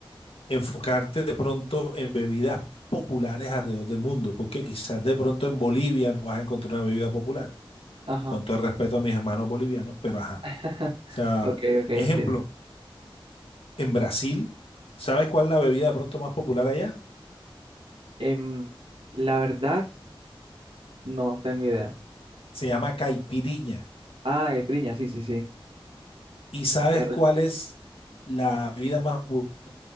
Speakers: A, on the left; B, on the right.
A: enfocarte de pronto en bebidas populares alrededor del mundo, porque quizás de pronto en Bolivia no vas a encontrar una bebida popular,
B: ajá.
A: con todo el respeto a mis hermanos bolivianos, pero ajá.
B: <laughs>
A: O sea,
B: Ok, ok, entiendo.
A: ejemplo, en Brasil, ¿sabes cuál es la bebida de pronto más popular allá?
B: Em, la verdad, no tengo idea.
A: Se llama caipirinha.
B: Ah, la caipiriña, sí, sí, sí.
A: ¿Y sabes
B: R.
A: cuál es la bebida más popular,